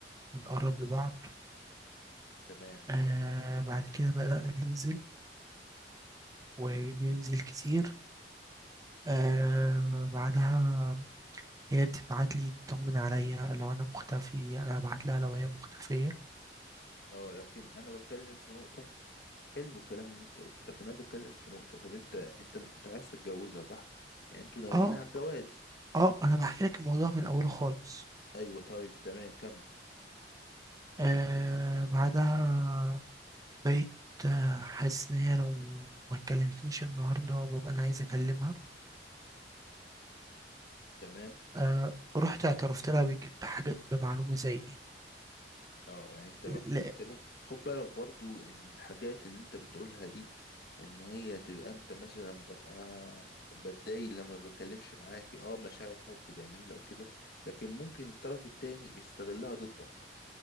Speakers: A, on the right; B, on the left.
A: ونقرب لبعض
B: تمام
A: آه بعد كده بدأنا ننزل
B: تمام
A: وننزل كتير آه بعدها هي بتبعت لي تطمن عليا لو انا مختفي انا هبعت لها لو هي مختفية
B: اه لكن انا بتكلم في نقطة حلو الكلام اللي انت قلته لكن انا بتكلم في نقطة طب انت انت مش كنت عايز تتجوزها صح يعني انتوا ناويين
A: اه
B: على الجواز
A: اه انا بحكي لك الموضوع من اوله خالص
B: ايوه طيب تمام كمل
A: آه بعدها بقيت آه، حاسس ان هي لو ما كلمتنيش النهارده ببقى انا عايز اكلمها
B: تمام
A: آه رحت اعترفت لها بج- بحاجة بمعلومة زي دي
B: اه يعني انت رحت
A: لا
B: قلت لها خد بالك برضو ان الحاجات اللي انت بتقولها دي ان هي تبقى انت مثلا ببقى بتضايق لما بتكلمش معاكي اه مشاعر حب جميلة وكده لكن ممكن الطرف التاني يستغلها ضدك